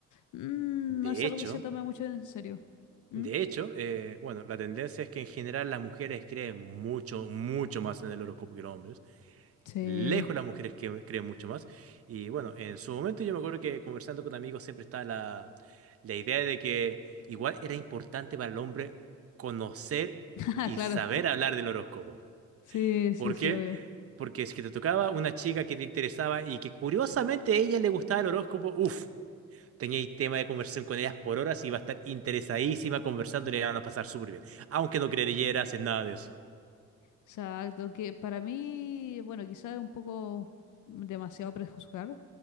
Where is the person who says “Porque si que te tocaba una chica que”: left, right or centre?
Right